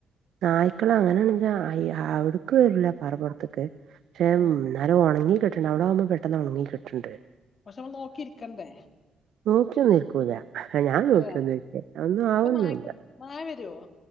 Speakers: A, on the right; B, on the left.
A: നായ്ക്കള അങ്ങനെയണെങ്ക അവിടുക്ക് വരില്ല പറപ്പുറത്ത്ക്ക് പക്ഷെ
B: ഉം
A: നേരം ഉണങ്ങി കട്ടിട്ടണ്ട് അവിടെ ആവുമ്പോ പെട്ടെന്ന് ഒണങ്ങി കിട്ടണ്ട്
B: പക്ഷെ നമ്മൾ നോക്കിരിക്കണ്ടേ
A: നോക്കിന്നിരിക്കൂല ഞാൻ നോക്കിന്നിരിക്കൂലാ
B: അതെ
A: ഒന്നും ആവുന്നുല്ല
B: അപ്പൊ നായ്ക്ക നായ വരുവോ